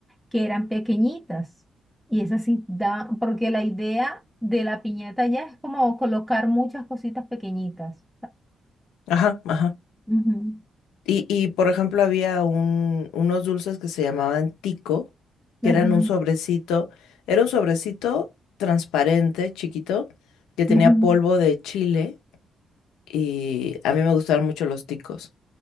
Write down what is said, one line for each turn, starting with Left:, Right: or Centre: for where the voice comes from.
Centre: que eran pequeñitas. Y esas sí daban, porque la idea de la piñata ya es como colocar muchas cositas pequeñitas.
Left: ajá, ajá.
Centre: Ujú.
Left: Y, y por ejemplo, había un, unos dulces que se llamaban tico, que
Centre: Ajá,
Left: eran un sobrecito, era un sobrecito transparente, chiquito, que tenía
Centre: ujú.
Left: polvo de chile y a mí me gustaban mucho los ticos.